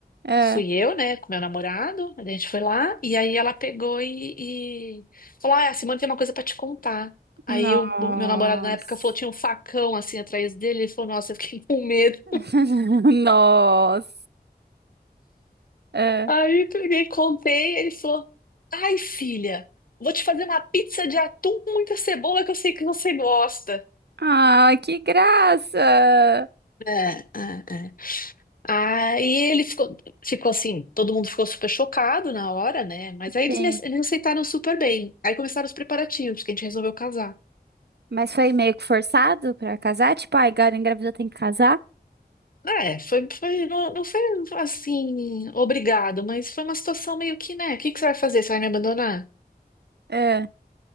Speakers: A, on the right (about 85°); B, on the left (about 60°).
A: Ah.
B: Fui eu, né, com meu namorado, a gente foi lá, e aí ela pegou e, e falou, ah, a Simone tem uma coisa pra te contar. Aí
A: Nossa.
B: o, o meu namorado na época falou, tinha um facão assim atrás dele, ele falou, nossa, eu fiquei com medo.
A: <laughs> Nossa. Ah,
B: Aí eu peguei, e contei, ele falou, ai, filha, vou te fazer uma pizza de atum com muita cebola que eu sei que você gosta.
A: Ah, que graça.
B: É, é, é. Aí ele ficou, ficou assim, todo mundo ficou super chocado na hora, né? Mas aí
A: Sim.
B: eles, me, eles aceitaram super bem. Aí começaram os preparativos, que a gente resolveu casar.
A: Mas foi meio que forçado pra casar? Tipo, ai, agora engravidou, tem que casar?
B: Ah, É, foi, foi, não, não foi assim, obrigado, mas foi uma situação meio que, né? O que que você vai fazer? Você vai me abandonar?
A: Ah,